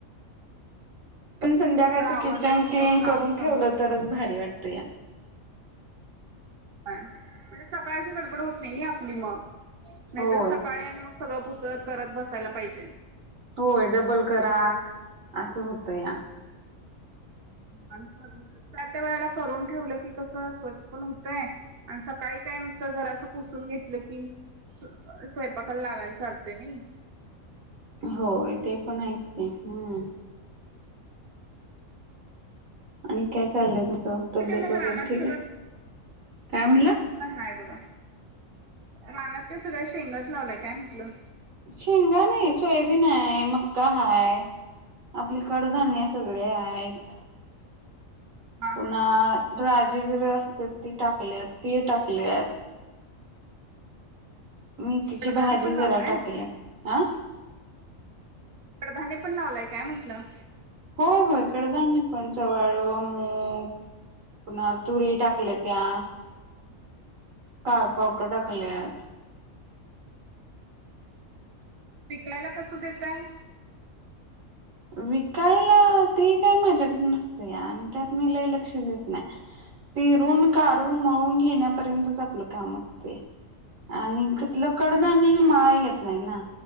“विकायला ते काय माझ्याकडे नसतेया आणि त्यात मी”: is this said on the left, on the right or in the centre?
Right